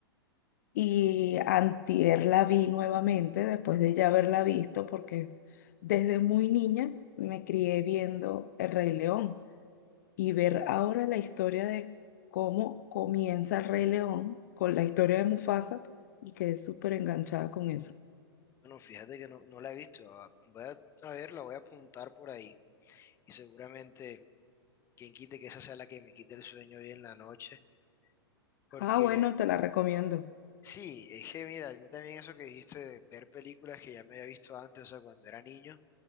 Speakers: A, on the left; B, on the left.
A: y antier la vi nuevamente después de ya haberla visto porque desde muy niña me crié viendo El Rey León. y ver ahora la historia de cómo comienza el Rey León con la historia de Mufasa y quedé súper enganchada con eso.
B: Bueno, fíjate que no, no la he visto. Ah, Voy a, a ver, la voy a apuntar por ahí y seguramente quien quite que esa sea la que me quite el sueño hoy en la noche. Porque
A: Ah, bueno, te la recomiendo.
B: Sí, es que mira, a mí también eso que dijiste de ver películas que ya me había visto antes, o sea, cuando era niño,